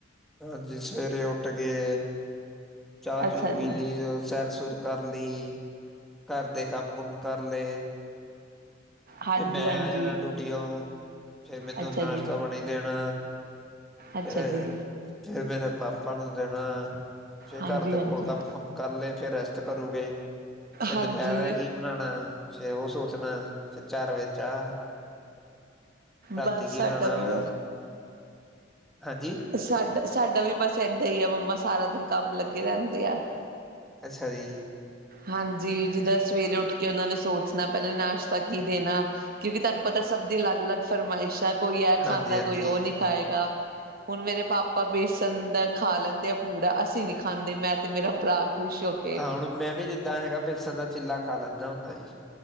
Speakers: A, in the centre; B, on the right.
A: ਹਾਂਜੀ ਸਵੇਰੇ ਉੱਠ ਕੇ ਚਾਹ ਚੂ
B: ਅੱਛਾ ਜੀ
A: ਪੀ ਲਈ ਸੈਰ ਸੁਰ ਕਰ ਲਈ ਘਰ ਦੇ ਕੰਮ ਗੁੰਮ ਕਰ ਲਏ।
B: ਹਾਂਜੀ
A: ਫਿਰ ਮੈਂ
B: ਹਾਂਜੀ
A: ਆ ਜਾਣਾ ਡਿਊਟੀ ਤੋਂ ਫੇਰ ਮੈਨੂੰ
B: ਅੱਛਾ
A: ਨਾਸ਼ਤਾ
B: ਜੀ
A: ਬਣੀ ਦੇਣਾ
B: ਅੱਛਾ
A: ਫਿਰ
B: ਜੀ
A: ਮੇਰੇ ਪਾਪਾ ਨੂੰ ਦੇਣਾ ਫੇਰ
B: ਹਾਂਜੀ
A: ਘਰ ਦੇ
B: ਹਾਂਜੀ
A: ਕੋਲ ਕੰਮ ਕੁਮ ਕਰ ਲਏ ਫਿਰ ਰੈਸਟ ਕਰੂਗੇ ਫ
B: ਹਾਂਜੀ
A: ਦੁਪਹਿਰ ਹੈ ਕਿ ਬਨਾਉਣਾ ਫੇਰ ਉਹ ਸੋਚਣਾ ਫਿਰ ਚਾਰ ਵਜੇ ਚਾਹ ਰਾਤੀ
B: ਬਸ ਸਾਡਾ
A: ਬਣਾਉਣਾ
B: ਵੀ
A: ਹੈ। ਹਾਂਜੀ।
B: ਸਾਡਾ ਸਾਡਾ ਵੀ ਬਸ ਇੱਦਾਂ ਹੀ ਆ ਮੰਮਾ ਸਾਰਾ ਦਿਨ ਕੰਮ ਲੱਗੇ ਰਹਿੰਦੇ ਆ।
A: ਅੱਛਾ ਜੀ।
B: ਹਾਂਜੀ ਜਿੱਦਾਂ ਸਵੇਰੇ ਉੱਠ ਕੇ ਉਹਨਾਂ ਨੇ ਸੋਚਣਾ ਪਹਿਲਾਂ ਨਾਸ਼ਤਾ ਕੀ ਦੇਣਾ ਕਿਉਂਕਿ ਤੁਹਾਨੂੰ ਪਤਾ ਸਭ ਦੀ ਅਲੱਗ ਅਲੱਗ ਫਰਮਾਇਸ਼ ਹੈ ਕੋਈ ਇਹ
A: ਹਾਂਜੀ
B: ਖਾਂਦਾ
A: ਹਾਂਜੀ
B: ਕੋਈ ਉਹ ਨੀ ਖਾਏਗਾ। ਹੁਣ ਮੇਰੇ ਪਾਪਾ ਬੇਸਣ ਦਾ ਖਾ ਲੈਂਦੇ ਆ ਪੂੜਾ ਅਸੀਂ ਨਹੀਂ ਖਾਂਦੇ ਮੈਂ ਅਤੇ ਮੇਰਾ ਭਰਾ ਖੁਸ਼ ਹੋ। ਕੇ
A: ਹਾਂ ਹੁਣ ਮੈਂ ਵੀ ਜਿੱਦਾਂ ਹੈਗਾ ਵੇਸਣ ਦਾ ਚਿੱਲਾ ਖਾ ਲੈਂਦਾ ਹੁੰਦਾ ਜੀ।